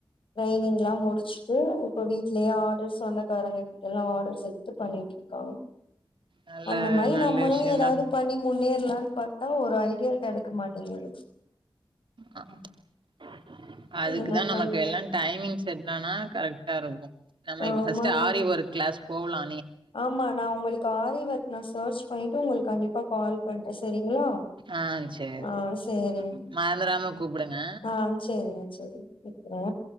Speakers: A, on the left; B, on the right.
A: ட்ரெய்னிங்லாம் முடிச்சிட்டு இப்ப வீட்லியே ஆடர்ஸ் சொந்தக்காரங்க கிட்டல்லா ஆடர்ஸ் எடுத்து பண்ணி ட்ருக்காங்
B: நல்ல
A: அந்த மாரி
B: நல்ல
A: நம்மளு
B: விஷயந்தா
A: எதாவுது முன்னேற்லான் பாத்தா ஒரு ஐடியா கெடக்க மாட்டிங்கிது
B: அ அ அதுக்குதா
A: என்ன
B: நமக்கு
A: பண்றது
B: எல்லா டைமிங் செட்டானா கரெக்டா இருக்கு நம்ம இப்ப
A: ஆமாங்க
B: ஃபஸ்ட்டு ஆரி ஒர்க் கிளாஸ் போவலா
A: ஆமா நா உங்களுக்கு ஆரி ஒர்க் நா சேர்ச் பண்ணிட்டு உங்குளுக் கண்டிப்பா கால் பண்றே செரிங்ளா
B: ஆ சேரி
A: ஆ சேரிங்
B: மறந்துராம கூப்புடுங்க
A: ஆ சேரிங் செரி வெக்கிறே